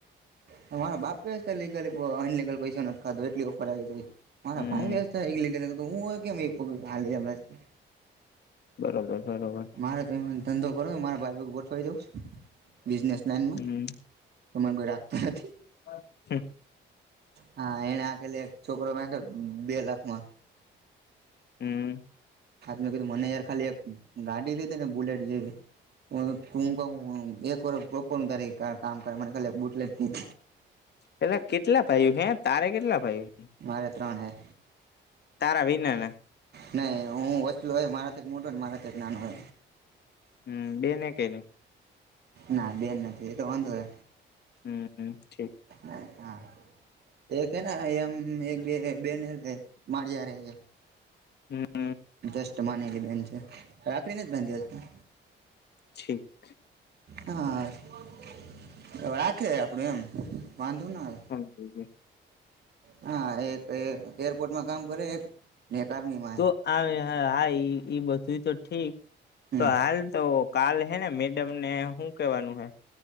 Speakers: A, on the right; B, on the left.
A: ત મારા બાપે સે લીગલી પઅ અનલિગલ પૈસો નથી ખાધો એટલી ઓફર આવી તઇ મારા
B: હમ
A: ભાઈ વ્યસ્થ હિગ, લીધે ન ત તો હું હોત કે એક પગલો હાલે એમ રસ્તે
B: બરોબર બરોબર
A: મારે તો એહોન ધંધો કરો ને મારા ભાઈપેગ ગોઠવાઈ જાઉં છે, બિઝનેસ લાઈનમાં
B: હમ
A: તમે ગોઈ રાકતું નથી.
B: <unintelligible>
A: હા એને આખેલી એક છોકરો બાંદ્યો તો બે લાખ મા
B: હમ્મ
A: હાત મેં કીધું મને યાર ખાલી એક ગાડી લીદે ને બુલેટ જેવી. તું ક હું એક વરહ પ્રોપર હું તારી કા કામ કર મને ખાલી બુટલેગ ની
B: પેલા કેટલા પાયું હે તારે કેટલા ભાયું?
A: મારે ત્રણ હૈ.
B: તારા વિના ને
A: નહી હું વચલો હે મારાથીક મોટો ને મારાથીક નાનો હે.
B: હુંમ બેને કેની
A: ના બેન નથી એતો વાંધો હે
B: હું હું ઠીક
A: હ હા એક હેને હા એમ એક બે હે બેન હે એ માળીયારે હે
B: હું અ
A: ષ્ટ માનેલી બેન છે. રાખડી નથી બાંધી હજ
B: છીક.
A: હા રાખે આપડું એમ વાંધો ના આવે
B: <unintelligible>
A: હા, એક એર એરપોર્ટમાં કામ કરે એક ને કરની માં
B: તો આ ઇ બધું તો ઠીક
A: હમ
B: તો હાલ તો કાલ હે ને મેડમ ને હું કેવાનું હે.